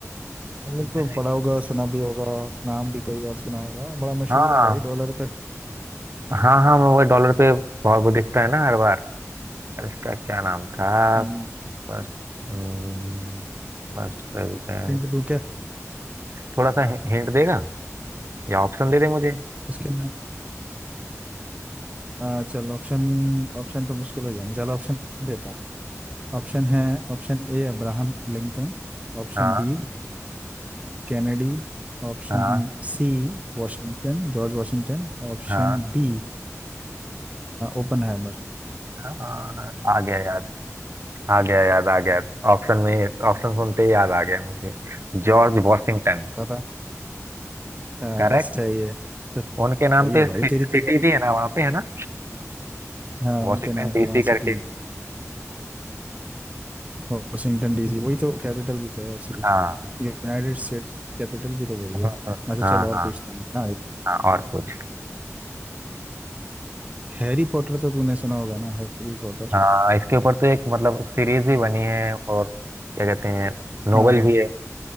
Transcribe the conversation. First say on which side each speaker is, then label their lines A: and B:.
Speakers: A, on the right; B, on the right.
A: हमने
B: है
A: तो पढ़ा होगा सुना भी होगा नाम भी कई बार सुना होगा बड़ा मशहूर
B: हाँ
A: है भाई डॉलर पे
B: हाँ हाँ मैं वो डॉलर पे भाव वो दिखता है ना हर बार और इसका क्या नाम था
A: हम्म,
B: फर्स्ट हम्म, फर्स्ट प्रेसिडेंट
A: हिंट दूं क्या
B: थोड़ा सा हिंट देगा या ऑप्शन दे दे मुझे
A: उसके अंदर अ, चलो ऑप्शन ऑप्शन तो मुश्किल हो जाएंगे चलो ऑप्शन देता हूँ ऑप्शन है Option A Abraham Lincoln Option
B: हाँ
A: B Kennedy Option
B: हाँ
A: C Washington George Washington Option
B: हाँ
A: D Oppenheimer
B: हाँ आ गया याद आ गया याद आ गया ऑप्शन में ऑप्शन सुनते ही याद आ गया मुझे George Washington
A: पता हाँ,
B: करेक्ट
A: सही है तो
B: उनके
A: सही
B: नाम
A: है
B: पे
A: भाई
B: सिटी
A: तेरी तैयारी
B: भी है ना वहाँ पे है ना
A: हाँ
B: वॉशिंगटन
A: उनके नाम पे
B: डीसी
A: वहाँ सिटी
B: करके
A: वॉशिंगटन डीसी वही तो कैपिटल भी तो है सिर्फ
B: हाँ
A: यूनाइटेड स्टेट्स कैपिटल भी तो वही है
B: हाँ हाँ
A: अच्छा
B: हाँ
A: चल और
B: हाँ
A: पूछता हूँ ना
B: हाँ, और कुछ
A: हैरी पॉटर तो तूने सुना होगा ना हैरी पॉटर
B: हाँ इसके ऊपर तो एक मतलब सीरीज भी बनी है और क्या कहते हैं नोवेल
A: हाँ
B: भी है